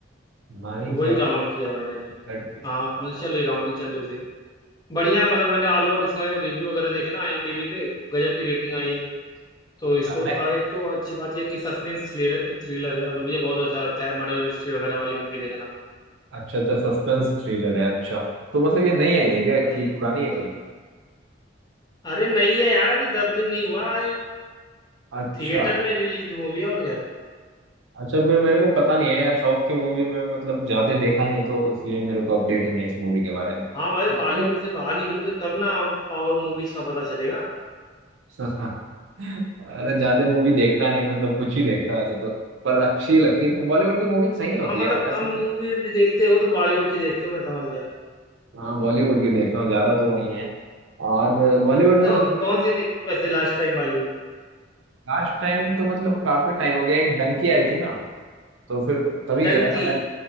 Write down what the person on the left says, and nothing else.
वही
डाउनलोड किया मैंने अभी
हाँ मतलब चल रही डाउनलोडिंग चल रही उसी की बढ़िया है मतलब मैंने ऑल ओवर इसका रिव्यू वगैरह देखे ना आईएमडीबी पे गजब की रेटिंग आई है तो
स्टो
और एक तो अच्छी बात यह है कि सस्पेंस थ्रिलर थ्रिलर है और मुझे बहुत अच्छा लगता है मर्डर मिस्ट्री वगैरह वाली मूवी देखना
भाई
मतलब-
अरे नहीं है यार अभी दस दिन नहीं हुआ है
थिएटर में रिलीज मूवी है और क्या
हाँ भाई
बॉलीवुड
से बाहर निकलोगे तब ना और मूवीज का पता चलेगा
हाँ मतलब
कम मूवी भी देखते हो तो बॉलीवुड की देखते हो मैं समझ गया
कौन
कौन सी देखी थी वैसे लास्ट टाइम बॉलीवुड
डंकी